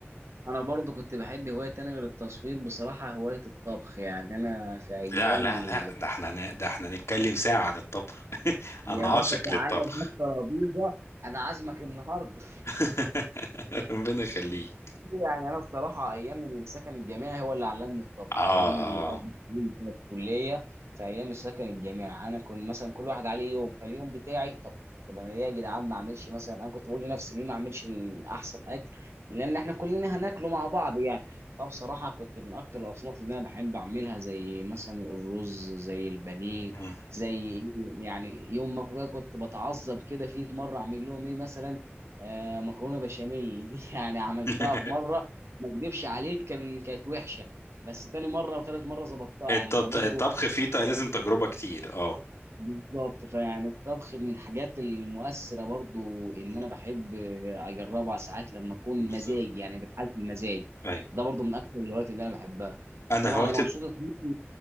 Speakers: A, on the right; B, on the left.
A: انا برضو كنت بحب هواية تانية غير التصوير بصراحة هواية الطبخ يعني انا في ايام
B: لا لا
A: ال...
B: لا ده احنا ن- ده احنا نتكلم ساعه عن الطبخ <laughs>
A: يا
B: انا عاشق
A: باشا تعالى
B: للطبخ
A: وهات ترابيزه انا عازمك النهارده
B: <laughs> ربنا يخليك
A: يعني انا الصراحه ايام السكن الجامعي هو اللي علمني الطبخ
B: اه
A: ايام الاربع
B: اه
A: سنين بتوع الكليه في ايام السكن الجامعي انا كنت مثلا كل واحد عليه يوم فاليوم بتاعي طب طب انا ليه يا جدعان ما اعملش مثلا انا كنت بقول لنفسي ليه ما اعملش احسن اكل لان احنا كلنا هناكله مع بعض يعني فبصراحه كنت من اكتر الاصناف اللي انا بحب اعملها زي مثلا الرز زي البانيه
B: مم.
A: زي يعني يوم ما كنت بتعذب كده فيه في مره اعمل لهم ايه مثلا آه مكرونه بشاميل <laughs> دي يعني عملتها
B: <laughs>
A: في مره ما اكدبش عليك كان كانت وحشه بس تاني مره وتالت مره ظبطتها
B: الت-
A: يعني فبرضه
B: الطبخ فيه ط- لازم تجربه كتير اه
A: بالظبط فيعني الطبخ من الحاجات المؤثره برضه ان
B: مم.
A: انا بحب آه، اجربها ساعات لما اكون
B: بالظبط
A: مزاج يعني بالحالة المزاج
B: ايوه
A: ده برضه من اكثر الهوايات اللي انا بحبها
B: انا
A: طبعا
B: هوايتي
A: انا مبسوط يا صديقي.